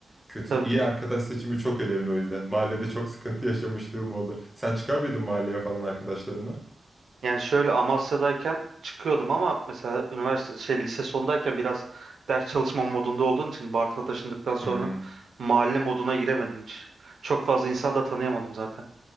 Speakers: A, in the centre; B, on the right.
A: Kötü
B: Tabii.
A: iyi arkadaş seçimi çok önemli o yüzden. Mahallede çok sıkıntı yaşamışlığım oldu. Sen çıkar mıydın mahalleye falan arkadaşlarından?
B: Yani şöyle Amasya'dayken çıkıyordum ama mesela üniversite şey lise sondayken biraz ders çalışma modunda olduğun için Bartın'a taşındıktan sonra
A: Hmm.
B: mahalle moduna giremedim hiç. Çok fazla insan da tanıyamadım zaten.